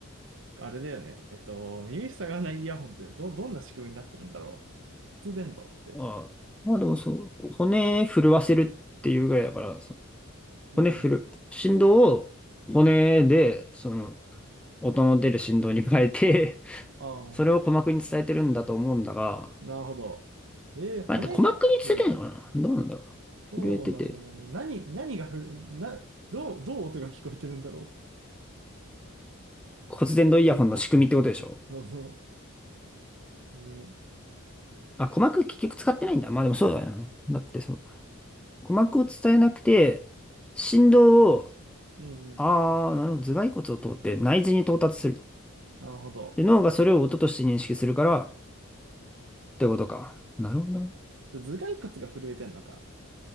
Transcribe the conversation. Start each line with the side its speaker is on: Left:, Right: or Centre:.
Right: あれだよね。えっと、耳塞がないイヤホンってど、どんな仕組みになってるんだろう。骨伝導って。
Centre: ああ。まあでもそう、骨震わせるっていうぐらいだから、そ
Right: うんうん。
Centre: 骨振る、振動を骨で、その、音の出る振動に変えて、<laughs>
Right: ああ、
Centre: それを鼓膜に伝えてるんだと思うんだが、
Right: なるほど。えー、
Centre: まあれって鼓膜に伝えてるのかなどうなんだろう。
Right: 骨が振るのか。どうなんだろうね。
Centre: 震えてて、
Right: 何、何が振る、な、どう、どう音が聞こえてるんだろ
Centre: 骨伝導イヤホンの仕組みってことでしょ
Right: う。うんそうそう。ね、
Centre: あ、鼓膜結局使ってないんだ。まあでもそうだよな。だってそう、鼓膜を伝えなくて、振動を
Right: うんうん。
Centre: ああ、なるほど。頭蓋骨を通って内耳に到達する。
Right: なるほど。
Centre: で、脳がそれを音として認識するからってことか。なるほど。
Right: 頭蓋骨が震えてんのか。